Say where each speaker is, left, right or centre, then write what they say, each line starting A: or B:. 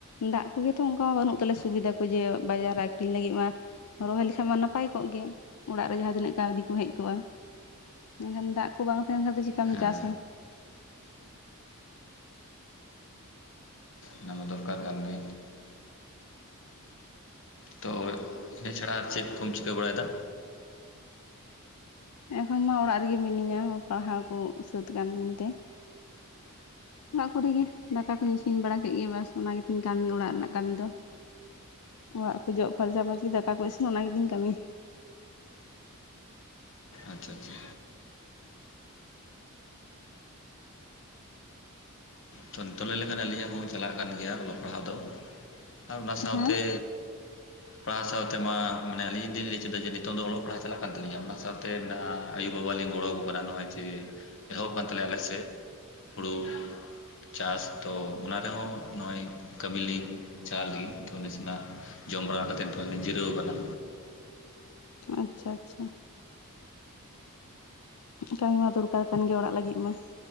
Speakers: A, on the left; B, on the left.
A: ᱫᱟᱜ ᱠᱚᱜᱮᱛᱚ ᱚᱱᱠᱟ ᱵᱟᱹᱱᱩᱜ ᱛᱟᱞᱮᱭᱟ ᱥᱩᱵᱤᱫᱟ ᱠᱚ ᱡᱮ ᱵᱟᱡᱟᱨ ᱨᱮ ᱟᱠᱷᱨᱤᱧ ᱞᱟᱹᱜᱤᱜ ᱢᱟ ᱨᱚᱦᱚᱭ ᱞᱮᱠᱷᱟᱡ ᱢᱟ ᱱᱟᱯᱟᱭ ᱠᱚᱜ ᱜᱮᱭᱟ ᱚᱲᱟᱜ ᱨᱮ ᱡᱟᱦᱟᱸ ᱛᱤᱱᱟᱹᱜ ᱠᱟᱹᱣᱰᱤ ᱠᱚ ᱦᱮᱡ ᱠᱚᱜᱼᱟ᱾ ᱢᱮᱱᱠᱷᱟᱱ ᱫᱟᱜ ᱠᱚ ᱵᱟᱝ ᱛᱟᱦᱮᱱ ᱠᱷᱟᱱ ᱫᱚ ᱪᱤᱠᱟᱢ
B: ᱦᱮᱸ
A: ᱪᱟᱥ-ᱟ᱾
B: ᱚᱱᱟᱢᱟ ᱫᱚᱨᱠᱟᱨ ᱠᱟᱱ ᱜᱮ᱾ ᱛᱚ
A: <inaudible>
B: ᱤᱱᱟᱹ ᱪᱷᱟᱲᱟ ᱟᱨ ᱪᱮᱫ ᱠᱚᱢ ᱪᱤᱠᱟᱹ ᱵᱟᱲᱟᱭ ᱫᱟ?
A: ᱮᱠᱷᱚᱱ ᱢᱟ ᱚᱲᱟᱜ ᱨᱤᱜᱮ ᱢᱤᱱᱟᱹᱧᱟ ᱯᱟᱲᱦᱟᱣ ᱠᱚ ᱥᱟᱹᱛ ᱠᱟᱱ ᱛᱤᱧ ᱛᱮ᱾ ᱚᱲᱟᱜ ᱠᱚᱨᱤᱜ ᱜᱮ ᱫᱟᱠᱟ ᱠᱚᱧ ᱤᱥᱤᱱ ᱵᱟᱲᱟ ᱠᱮᱜ ᱜᱮ ᱵᱟᱥ ᱚᱱᱟ ᱜᱮᱛᱤᱧ ᱠᱟᱹᱢᱤ ᱚᱲᱟᱜ ᱨᱮᱱᱟᱜ ᱠᱟᱹᱢᱤ ᱫᱚ᱾ ᱚᱲᱟᱜ ᱠᱚ ᱡᱚᱜ ᱯᱷᱟᱨᱪᱟ ᱯᱷᱟᱹᱨᱪᱤ ᱫᱟᱠᱟ ᱠᱚ ᱤᱥᱤᱱ ᱚᱱᱟ ᱜᱮᱤᱫᱤᱧ ᱠᱟᱹᱢᱤ᱾
B: ᱟᱪᱪᱷᱟ, ᱟᱪᱪᱷᱟ᱾ ᱛᱚ ᱱᱤᱛᱚᱝ ᱞᱟᱹᱭ ᱞᱮᱠᱷᱟᱱ ᱟᱹᱞᱤᱧᱟᱜ ᱦᱚᱸ ᱪᱟᱞᱟᱜ ᱠᱟᱱ ᱜᱮᱭᱟ ᱚᱞᱚᱜ ᱯᱟᱲᱦᱟᱜ ᱫᱚ᱾ ᱟᱨ ᱚᱱᱟ ᱥᱟᱶ
A: ᱦᱮᱸ
B: ᱛᱮ ᱯᱟᱲᱦᱟᱣ ᱥᱟᱶᱛᱮ ᱢᱟ ᱟᱹᱞᱤᱧ ᱞᱤᱧ ᱞᱟᱹᱭ ᱪᱮᱫᱟ ᱡᱮ ᱱᱤᱛᱚᱝ ᱫᱚ ᱚᱞᱚᱜ ᱯᱟᱲᱦᱟᱜ ᱪᱟᱞᱟᱜ ᱠᱟᱱ ᱛᱟᱹᱞᱤᱧᱟ ᱚᱱᱟ ᱥᱟᱶᱛᱮ ᱢᱮᱱᱟᱜᱼᱟ ᱟᱹᱭᱳ ᱵᱟᱵᱟᱱ ᱞᱤᱧ ᱜᱚᱲᱚ ᱟᱠᱚ ᱠᱟᱱᱟ ᱱᱚᱜᱼᱚᱭ ᱢᱮ ᱮᱦᱚᱵ ᱟᱠᱟᱱ ᱛᱟᱞᱮᱭᱟ ᱟᱞᱮ ᱥᱮᱫ ᱦᱩᱲᱩ ᱪᱟᱥ ᱛᱚ ᱚᱱᱟ ᱨᱮᱦᱚᱸ ᱱᱚᱜᱼᱚᱭ ᱠᱟᱹᱢ ᱞᱤᱧ ᱪᱟᱞᱟᱜ ᱞᱟᱹᱜᱤᱫ ᱛᱚ ᱱᱟᱥᱮᱱᱟᱜ ᱡᱚᱢ ᱵᱟᱲᱟ ᱠᱟᱛᱮ ᱛᱷᱟᱲᱟ ᱞᱤᱧ ᱡᱤᱨᱟᱹᱣ ᱟᱠᱟᱱᱟ᱾
A: ᱟᱪᱪᱷᱟ, ᱟᱪᱪᱷᱟ᱾ ᱠᱟᱹᱢᱤ ᱢᱟ ᱫᱚᱨᱠᱟᱨ ᱠᱟᱱ ᱜᱮᱭᱟ ᱚᱲᱟᱜ ᱞᱟᱹᱜᱤᱫ ᱢᱟ,